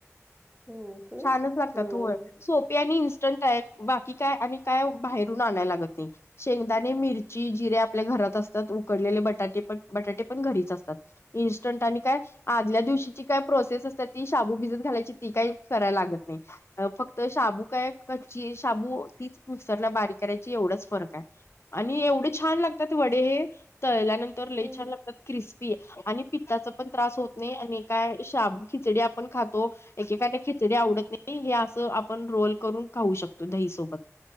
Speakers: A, in the centre; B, on the left (about 55°).
A: हो. का?
B: छानच लागतात
A: बरं.
B: होय सो. पी आणि इन्स्टंट आहे बाकी काय आणि काय बाहेरून आणायला लागत नाही. शेंगदाणे मिरची जिरे आपल्या घरात असतात उकडलेले बटाटे पण बटाटे पण घरीच असतात. इन्स्टंट आणि काय आदल्या दिवशीची काय प्रोसेस असतात ती शाबू भिजत घालायची ती काही. करायला लागत नाही. फक्त शाबू काय कच्ची शाबू तीच मिक्सरला बारीक करायची एवढाच फरक आहे. आणि एवढे छान लागतात वडे हे तळल्यानंतर लई
A: हं,
B: छान
A: हं.
B: लागतात क्रिस्पी. आणि पित्ताचा पण त्रास होत नाही आणि काय शाब खिचडी आपण खातो एकेकाद खि. जरी आवडत नाही हे असं आपण रोल करून खाऊ शकतो दही सोबत.